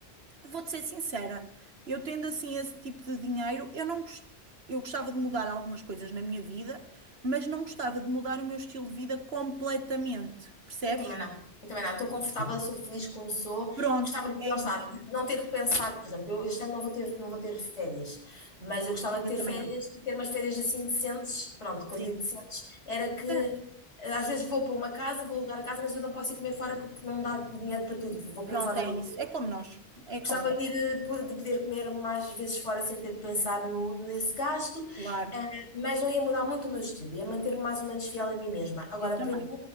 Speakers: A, on the right; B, on the left.
A: Vou-te ser sincera, eu tendo assim esse tipo de dinheiro, eu não gos- eu gostava de mudar algumas coisas na minha vida, mas não gostava de mudar o meu estilo de vida completamente, percebes?
B: Eu também não. Eu também não. Estou confortável, sou feliz como sou.
A: Pronto,
B: Gostava de,
A: é
B: lá
A: isso.
B: está, de não ter que pensar, por exemplo, eu este ano não vou ter, não vou ter férias, mas eu gostava de
A: Eu
B: ter
A: também
B: férias,
A: não.
B: de ter umas férias assim decentes. Pronto, quando
A: Sim,
B: digo decentes, era que
A: certo.
B: eh, às vezes vou para uma casa, vou alugar a casa, mas eu não posso ir comer fora porque não me dá dinheiro para tudo. Vou comer
A: Pronto,
B: fora
A: é
B: uma.
A: isso. É como nós, é
B: Gostava
A: como nós.
B: de ir, eh, po- de poder comer mais vezes fora sem ter de pensar no, nesse gasto,
A: Claro,
B: eh, mas não ia mudar muito o meu estilo, ia manter-me mais ou menos fiel a mim mesma. Agora,
A: eu também.
B: para mim,